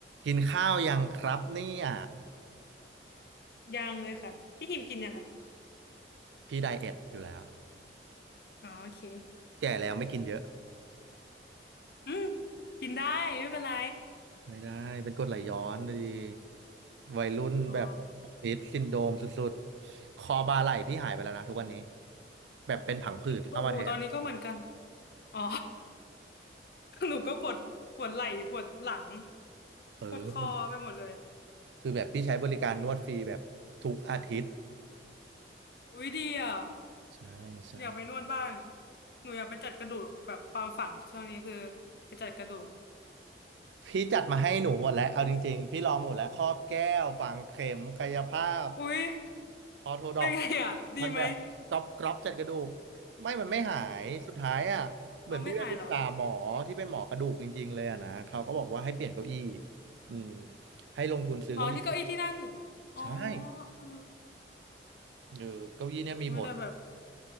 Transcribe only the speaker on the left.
ยังเลยค่ะพี่หิมกินยังค่ะ
อ๋อโอเค
อืมกินได้ไม่เป็นไร
อ๋อ
โอ้โหตอนนี้ก็เหมือนกันอ๋อ <laughs> หนูก็ปวดปวดไหล่ปวดหลัง
ปวดคอไปหมดเลย
อุ้ยดีอ่ะ
อยากไปนวดบ้างหนูอยากไปจัดกระดูกแบบความฝังช่วงนี้คือไปจัดกระดูก
อุ้ย
เป็นไงอ่ะดีไหม
เอาไม่หายเหรอ
อ๋อที่เก้าอี้ที่นั่งอยู่อ๋อ
เออ
โอยแต่แบบ